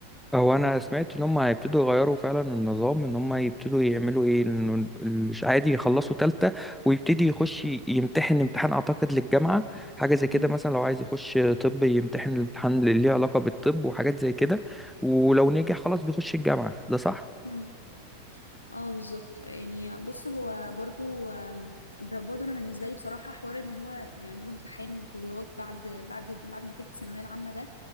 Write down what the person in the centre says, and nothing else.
هو انا سمعت ان هم هيبتدوا يغيروا فعلا النظام ان هم يبتدوا يعملوا ايه انه ال- عادي يخلصوا تالتة ويبتدي يخش يمتحن امتحان اعتقد للجامعة حاجة زي كده
مثلا لو عايز يخش طب يمتحن الامتحان اللي ليه علاقة بالطب وحاجات زي كده ولو نجح خلاص بيخش الجامعة ده صح؟